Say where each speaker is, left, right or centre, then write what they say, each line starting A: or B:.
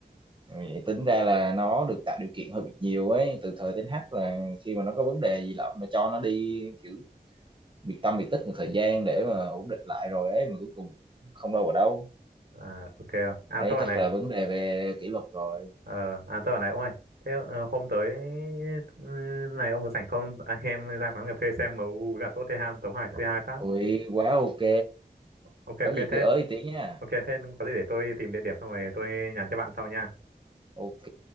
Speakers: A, on the right (about 30°); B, on the right (about 80°).
A: Ừ, vậy tính ra là nó được tạo điều kiện hơi bị nhiều ấy từ thời đến H là khi mà nó có vấn đề gì lắm là cho nó đi kiểu biệt tâm biệt tích một thời gian để mà ổn định lại rồi ấy mà cuối cùng không đâu vào đâu
B: à, ok không? à
A: đấy
B: tôi bảo
A: chắc
B: này
A: là vấn đề về kỷ luật rồi
B: Ờ, à tôi bảo này ông ơi, thế ờ, hôm tới ừ, này ông có rảnh không? Anh em ra quán cà phê xem MU với cả Tottenham tấu hài c hai phát.
A: ui quá ok
B: Ok ok
A: có gì
B: thế
A: cứ ới tiếng nha
B: ok thế có gì để tôi tìm địa điểm xong rồi tôi nhắn cho bạn sau nha.
A: ok